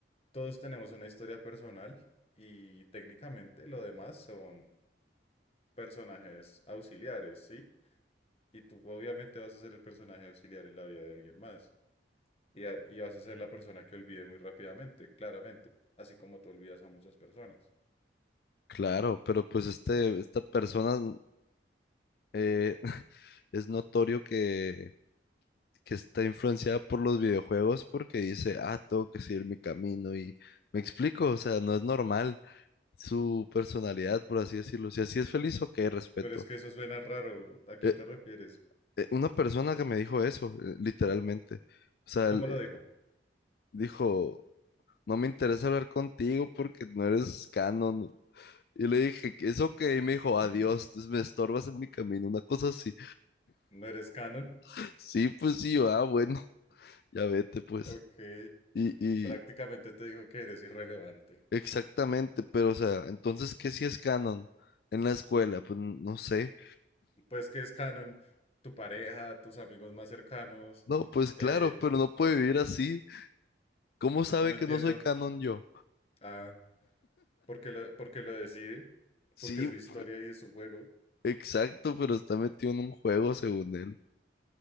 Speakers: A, on the left; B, on the left.
A: Todos tenemos una historia personal y técnicamente lo demás son personajes auxiliares, ¿sí? Y tú obviamente vas a ser el personaje auxiliar en la vida de alguien más. Y, a- y vas a ser la persona que olvide muy rápidamente, claramente, así como tú olvidas a muchas personas.
B: claro, pero pues este, esta persona... eh, es notorio que, que está influenciada por los videojuegos porque dice, ah, tengo que seguir mi camino y me explico, o sea, no es normal su personalidad, por así decirlo. Si así es feliz, ok, respeto.
A: Pero es que eso suena raro. ¿A quién
B: Eh,
A: te refieres?
B: eh, una persona que me dijo eso, eh, literalmente, o sea,
A: ¿Cómo
B: él,
A: lo
B: eh,
A: dijo?
B: dijo, no me interesa hablar contigo porque no eres canon. Y le dije, es ok, y me dijo, adiós,
A: <gasps> <laughs>
B: me estorbas en mi camino, una cosa así.
A: ¿No eres canon?
B: <laughs> Sí, pues sí, ah, bueno, <laughs> ya vete, pues.
A: Ok,
B: Y, y,
A: prácticamente te dijo que eres irrelevante.
B: Exactamente, pero o sea, entonces, ¿qué si es canon en la escuela? Pues n- no sé.
A: Pues que es canon tu pareja, tus amigos más cercanos,
B: No, pues claro,
A: eh,
B: pero no puede vivir así. ¿Cómo sabe
A: No entiendo.
B: que no soy canon yo?
A: Ah, ¿por qué lo, por qué lo decide? Porque
B: Sí,
A: es su
B: pu-
A: historia y es su juego.
B: exacto, pero está metido en un juego según él.